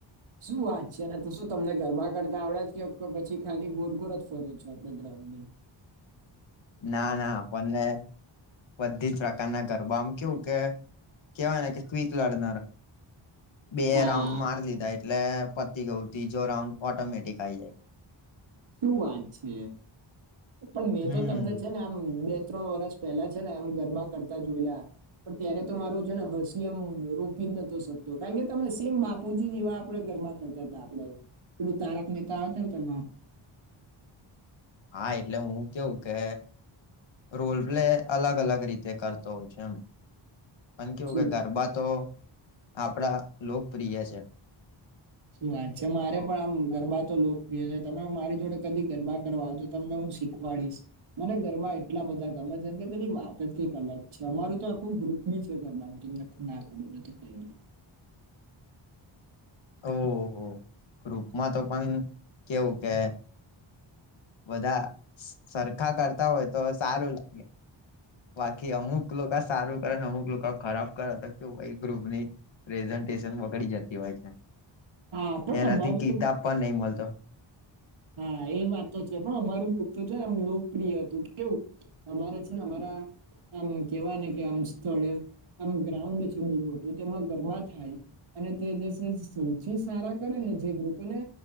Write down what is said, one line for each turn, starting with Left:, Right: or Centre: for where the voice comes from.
Right: શું વાત છે અને તો શું તમને ગરબા કરતા આવડે જ કે પછી ખાલી ગોળગોળ જ ફરો છો આખા ગ્રાઉન્ડમાં
Left: ના ના આપણને બધી જ પ્રકારના ગરબા આમ કેવું કે કેવાયને કે ક્વિક લડનાર બે
Right: હા
Left: રાઉન્ડ માર લીધા એટલે પતી ગયું ત્રીજો રાઉન્ડ ઓટોમેટિક આઈ જાય
Right: શું વાત છે પણ મેં
Left: હમ
Right: તો તમને છે ને આમ બે ત્રણ વર્ષ પહેલા છે ને એ ગરબા કરતા જોયલા પણ ત્યારે તો મારું છે ને હસીયમ રોકી જ નતો શકતો કારણ કે તમે સેમ બાપુજી જેવા આપડે ઘરબા આપડે પેલું તારક મેહતા આવે છે ને તમાર
Left: હા એટલે હું કેવું કે રોલ પ્લે અલગ અલગ રીતે કરતો હોય છે એમ. પણ કેવું
Right: શું
Left: કે ગરબા તો આપડા લોકપ્રિય છે.
Right: શું વાત છે મારે પણ આમ ગરબા તો લોકપ્રિય છે તમે મારી જોડે કદી ગરબા કરવા આવજો તમને હું શીખ વાળીશ મને ઘરમાં એટલા બધા ગમે છેમ કે તેની વાત જ કઈક અલગ છે અમારું તો આખું ગ્રુપ ની છે ગરબાનું તમને ના કર્યું નથી કરી
Left: ઓ હો ગ્રુપમાં તો પણ કેવું કે બધા સરખા કરતા હોય તો સારું લાગે બાકી અમુક લોકો સારું કરે અમુક લોકો ખરાબ કરે તો કેવું એ ગ્રુપ ની પ્રેઝન્ટેશન બગડી જતી હોય છે
Right: હા પણ
Left: એનાથી
Right: અમારું
Left: કિતાબ
Right: તો
Left: પણ નહી મળતો.
Right: હા એ વાત તો છે પણ અમારું ગ્રુપ તો છે આમ લોકપ્રિય હતું કેવું અમારા છે ને અમારા આમ કેવાય ને કે આમ સ્થળે આમ ગ્રાઉન્ડ છે બહુ મોટું તેમાં ગરબા થાય. અને તે જે છે સૌથી સારા કરે ને જે ગ્રુપો ને